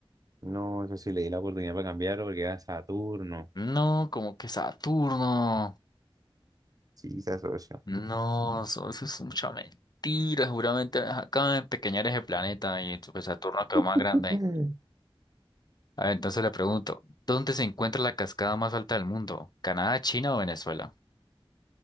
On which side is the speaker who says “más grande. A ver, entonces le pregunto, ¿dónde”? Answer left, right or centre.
Left